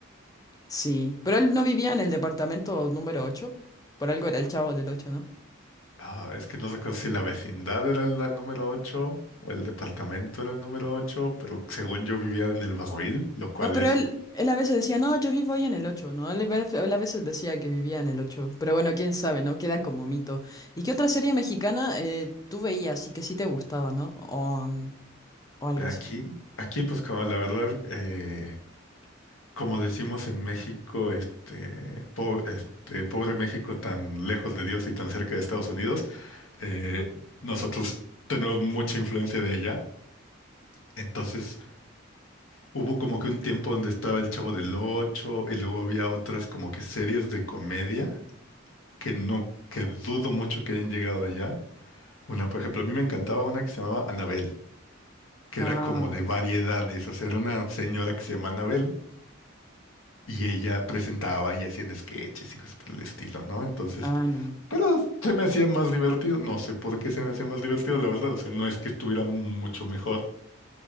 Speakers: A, on the left; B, on the left.
A: sí, pero él no vivía en el departamento número 8, por algo era el chavo del ocho, ¿no?
B: Ah, es que no recuerdo si la vecindad era la número 8 o el departamento era el número 8, pero según yo vivía en el barril, lo cual
A: No, pero
B: es
A: él, él a veces decía, no, yo vivo ahí en el 8, ¿no? Él, a vez- él a veces decía que vivía en el 8, pero bueno, quién sabe, ¿no? Queda como mito. ¿Y qué otra serie mexicana eh, tú veías y que sí te gustaba, ¿no? O, mm, o algo
B: aquí.
A: así.
B: Aquí, pues como la verdad, eh, como decimos en México, este, po- este, pobre México tan lejos de Dios y tan cerca de Estados Unidos, eh, nosotros tenemos mucha influencia de allá. Entonces, Hubo como que un tiempo donde estaba El Chavo del Ocho y luego había otras como que series de comedia que no, que dudo mucho que hayan llegado allá. Una, por ejemplo, a mí me encantaba una que se llamaba Anabel, que
A: Ah,
B: era como de variedades, o sea, era una señora que se llama Anabel y ella presentaba y hacían sketches y cosas por el estilo, ¿no? Entonces,
A: ah, no.
B: pero se me hacía más divertido, no sé por qué se me hacía más divertido, la verdad, o sea, no es que estuviera mucho mejor